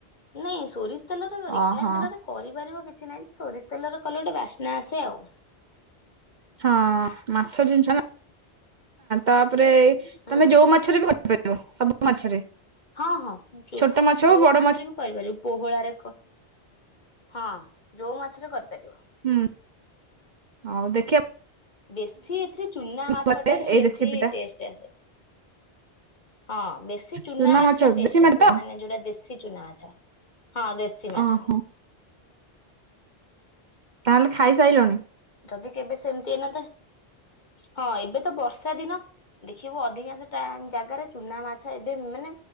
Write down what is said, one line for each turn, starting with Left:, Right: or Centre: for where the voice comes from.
Left: ନାଇଁ ସୋରିଷତେଲରେ ରିଫାଇନତେଲରେ
Right: ଓହୋ
Left: କରିପାରିବ କି କିଛିନାହିଁ, ସୋରିଷତେଲର କଲେ ଗୋଟେ ବାସ୍ନା ଆସେ ଆଉ।
Right: ହଁ ମାଛ ଜିନିଷ ତାପରେ
Left: ହୁଁ।
Right: ତମେ ଯୋଉ ମାଛରେ ସବୁ ମାଛରେ।
Left: ହଁ ହଁ ଯୋ
Right: ଛୋଟ ମାଛ
Left: ଯୋଉ
Right: ହଉ ବଡ
Left: ମାଛରେ
Right: ମାଛ
Left: ବି କରିପାରିବ। ପୋହଳାରେ ହଁ ଯୋଉ ମାଛରେ କରିପାରିବ।
Right: ହୁଁ ହଉ ଦେ
Left: ବେଶୀ ଏଥିରେ ଚୁନା ମାଛଟା
Right: ଘରେ
Left: ହିଁ
Right: ଏଇ
Left: ବେଶୀ
Right: ରେସିପି ଟା
Left: ଟେଷ୍ଟ ଆସେ। ହଁ ବେଶୀ ଚୁନାମାଛ
Right: ଚୁନା ମାଛ
Left: ଟା ଟେଷ୍ଟ
Right: ଦେଶୀ ମାଛ
Left: ଆସେ
Right: ତ
Left: ମାନେ ଯୋଉଟା ଦେଶୀ ଚୁନାମାଛ। ହଁ ଦେଶୀ ମାଛଟା।
Right: ଓହୋ ତାହେଲେ ଖାଇସାଇଲଣି?
Left: ଯଦି କେବେ ସେମିତି ଏଇନାତ ହଁ ଏବେତ ବର୍ଷାଦିନ। ଦେଖିବୁ ଅଧିକାଂଶ ଜାଗାରେ ଚୁନାମାଛ ଏବେ ମାନେ